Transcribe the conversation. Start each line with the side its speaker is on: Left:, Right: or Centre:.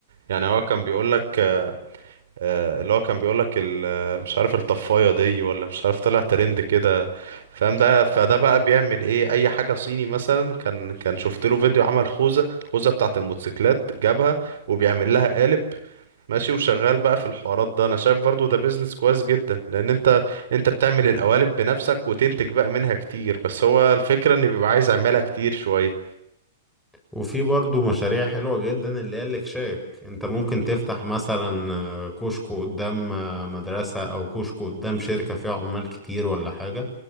Right: يعني هو كان بيقولك آه، اللي هو كان بيقولك ال- آه، مش عارف الطفاية دي ولا مش عارف طلع ترند كده فاهم ده فده بقى بيعمل ايه اي حاجة صيني مثلا كان كان شفت له فيديو عمل خوذة خوذة بتاعة الموتوسيكلات جابها وبيعمل لها قالب ماشي وشغال بقى في الحوارات ده انا شايف برضو ده بيزنس كويس جدا لان انت انت بتعمل القوالب بنفسك وتنتج بقى منها كتير بس هو الفكرة ان بيبقى عايز اعملها كتير شوية
Centre: وفي برضو مشاريع حلوة جدا اللي هي الاكشاك انت ممكن تفتح مثلا آه، كشك قدام آه، مدرسة او كشك قدام شركة فيها عمال كتير ولا حاجة